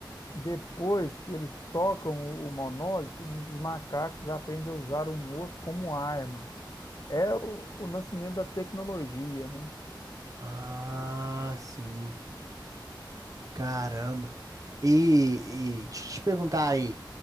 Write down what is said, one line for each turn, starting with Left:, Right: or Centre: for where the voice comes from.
Left: Depois que eles tocam o, o monólito, um dos macacos aprende a usar um osso como arma. É o o nascimento da tecnologia, né?
Right: Ah, sim. Caramba. E, e te, te perguntar aí,